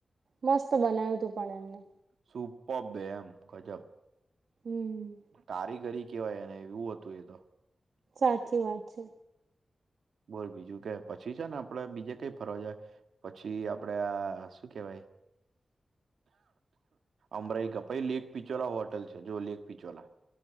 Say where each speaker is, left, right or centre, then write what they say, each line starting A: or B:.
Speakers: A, on the right; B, on the right.
A: મસ્ત બનાવ્યું તું પણ એમને.
B: સુપર બે એમ ગજબ
A: હમ
B: કારીગરી. કેવાય એ એવું હતું એ તો.
A: સાચી વાત છે.
B: બોલ બીજું કે પછી છે ને આપડે બીજે કઈ ફરવા જાય પછી આપડે આ શું કેવાય? અમરાઈ કપાઈ લેખ એક પિચોલા હોટલ છે. જો લેખ પીછોલા